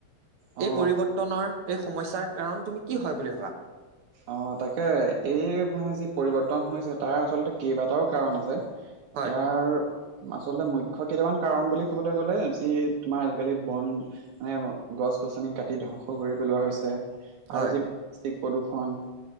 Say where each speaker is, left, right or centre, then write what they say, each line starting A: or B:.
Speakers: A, on the right (about 85°); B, on the right (about 60°).
A: অ।
B: এই পৰিৱৰ্তনৰ এই সমস্যাৰ কাৰণ তুমি কি হয় বুলি ভাবা।
A: অ তাকে এই মানে যি পৰিৱৰ্তন হৈছে তাৰ আচলতে কেইবাটাও কাৰণ আছে।
B: হয়
A: ইয়াৰ। আচলতে মুখ্য কেইটামান কাৰন বুলি কবলৈ গলে যি তোমাৰ আজিকালি বন মানে। গছ-গছনি কাটি ধ্বংস কৰি পেলোৱা হৈছে। আৰু
B: হয়
A: যি প্লাষ্টিক প্ৰদূষণ